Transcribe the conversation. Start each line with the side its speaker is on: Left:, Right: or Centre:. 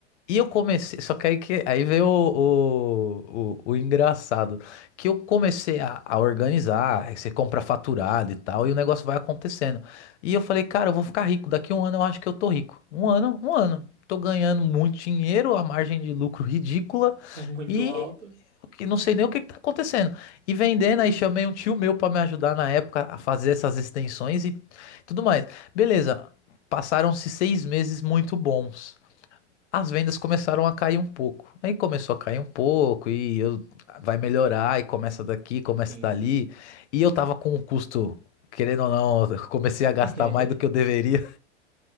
Left: e eu comecei. Só que aí, que, aí veio o, o, o, o engraçado. Que eu comecei a, a organizar. Aí você compra faturado e tal. E o negócio vai acontecendo. E eu falei, cara, eu vou ficar rico. Daqui um ano eu acho que eu tô rico. Um ano, um ano. Tô ganhando muito dinheiro, a margem de lucro ridícula.
Right: Tá muito
Left: E
Right: alto.
Left: o que não sei nem o que, que tá acontecendo. E vendendo, aí chamei um tio meu para me ajudar na época a fazer essas extensões e tudo mais. Beleza. Passaram-se seis meses muito bons as vendas começaram a cair um pouco. Aí começou a cair um pouco e eu vai melhorar e começa daqui, começa
Right: Sim,
Left: dali.
Right: sim.
Left: E eu tava com o custo, querendo ou não, eu comecei a gastar
Right: <laughs>
Left: mais do que eu deveria.